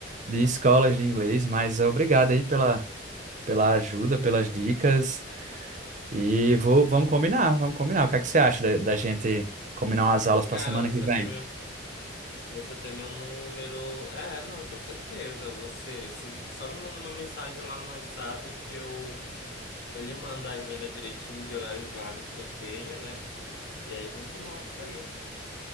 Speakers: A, on the right; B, on the left.
A: de escolas de inglês, mas é, obrigado aí pela, pela ajuda, pelas dicas. E vou, vamos combinar, vamos combinar. O que é que você acha da, da gente combinar umas aulas para
B: Cara,
A: semana
B: você
A: que vem?
B: tem meu. Você tem meu número. É, não, com certeza. Você. se- só me manda uma mensagem lá no WhatsApp que eu. Eu lhe mando a agenda direitinho de horários vagos que eu tenho, né? E aí a gente marca isso aí.